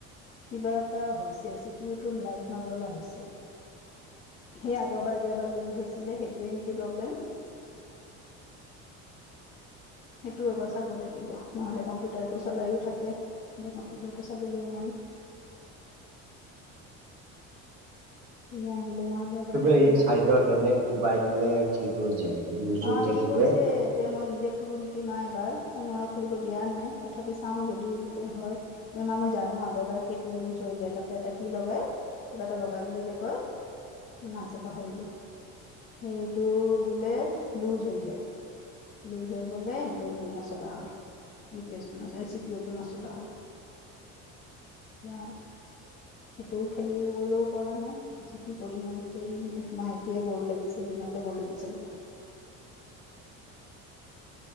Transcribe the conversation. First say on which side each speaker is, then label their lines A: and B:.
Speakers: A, on the left; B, on the right.
A: কিবা এটা হৈছে চি পি ইউ টোৰ লাইট নজ্বলা হৈছে। সেই আগৰবাৰ যে এবাৰ লুজ হৈছিলে সেইটোৱে নেকি প্ৰব্লেম? <inaudible> সেইটোও এবাৰ চাব লাগিব নহলে কম্পিউটাৰটো চলাইও থাকে। এ কম্পিউটাৰটো চাবলৈও নাই। তুমি আহিলে নহ'লে এবাৰ দেখাবা।
B: এই চাইডত এনে কোবাই দিলে ঠিক হৈ যায়। লুজ
A: অ
B: হৈ থাকিলে
A: সি কৈছে যে মই নিজে খুলো নেকি মা এবাৰ। মই খুলিব দিয়া নাই তথাপি চাও যদি বোলে হয় মা মই জানো আগৰবাৰ কেইটো লুজ হয় যায় তাতে এটা কি লগাই কিবা এটা লগাই বুলি যে কয় মই নামটো পাহৰিলো সেইটো বোলে লুজ হৈ যায়। লুজ হৈ গ'লে সেইটো নচলা হয়। ইউ পি এছটো নচ চি পি ইটো নচলা হয় এতিয়া সেইটো খেলিবলৈও পৰা নাই। কৈছে কি কৰিম মই এতিয়া একমাহ এতিয়াই বৰ লাগিছে বি তাতে বৰ লাগিছে বোলে।